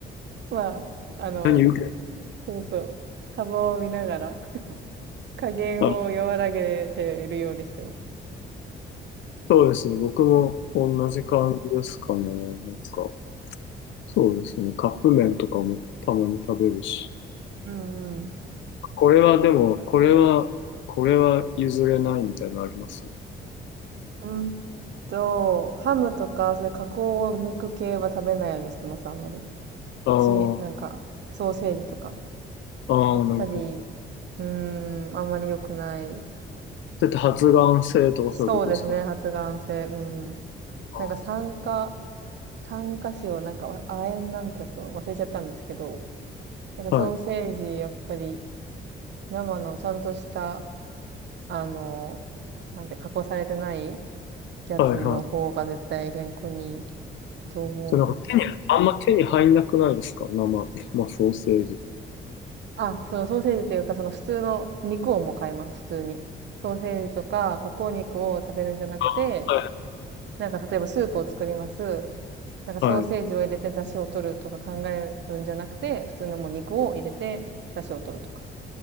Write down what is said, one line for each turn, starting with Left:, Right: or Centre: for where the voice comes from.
Right: まあ、あの、
Left: 何受け
Right: そうそう、幅を見ながら、加減を和らげているようにしてます。
Left: あ、そうですね。僕も同じ感じですかね。なんか、そうですね。カップ麺とかもたまに食べるし。
Right: うんうん。
Left: これはでも、これは、これは譲れないみたいなのあります
Right: うんと、ハムとか、そういう加工肉系は食べないようにしてます、あんまり。
Left: ああー、
Right: し、なんか、ソーセージとか。
Left: ああ、
Right: やっぱり、
Left: なるほど。
Right: うーん、あんまり良くない。
Left: だって発がん性とかそういうことですか
Right: そうですね、発がん性。うんうん。
Left: あ
Right: なんか酸化、酸化死をなんか、わ亜鉛なんてちょっと忘れちゃったんですけど、なんかソーセージ、
Left: ーはい、
Right: やっぱり、生のちゃんとした、あの、なんて、加工されてないやつの方が絶対健康にいい
Left: はい、はい。
Right: と思うので。
Left: じゃあなんか手に、あんま手に入んなくないですか生、生ソーセージ。
Right: あ、そのソーセージというか、その普通の肉をもう買います、普通に。ソーセージとか加工肉を食べるんじゃなくて、
Left: あー
Right: なんか例えばスープを作ります。なんかソーセージを入れて出汁を取るとか考えるんじゃなくて、
Left: はい、はい。
Right: 普通のもう肉を入れて出汁を取るとか。